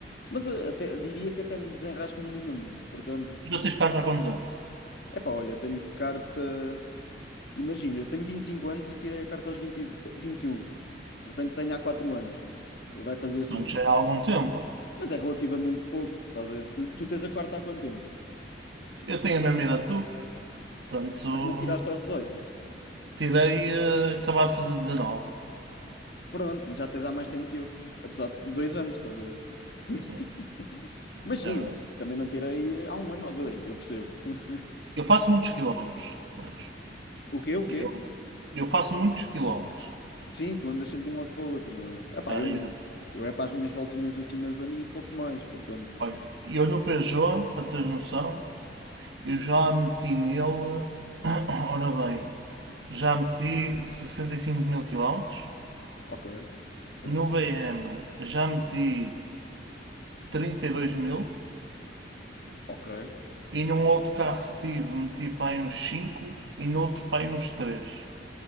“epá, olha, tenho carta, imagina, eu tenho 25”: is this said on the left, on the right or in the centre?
Left